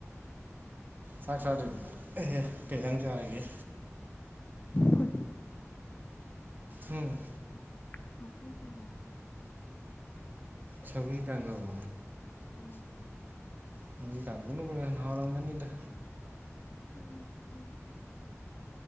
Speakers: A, on the right; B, on the left.
A: ꯆꯥꯛ ꯆꯥꯁꯨ ꯀꯩꯇꯪ ꯆꯥꯔꯒꯦ
B: ꯍꯣꯏ
A: ꯎꯝ
B: ꯁꯈꯔꯤ ꯇ
A: ꯁꯧꯔꯤ ꯅꯪꯣ
B: ꯎꯝ
A: ꯅꯪꯒꯤꯒꯥꯡꯒꯅ ꯃꯅ ꯅꯍꯥꯎꯔꯝꯒꯅꯤꯗ
B: ꯎꯝ ꯎꯝ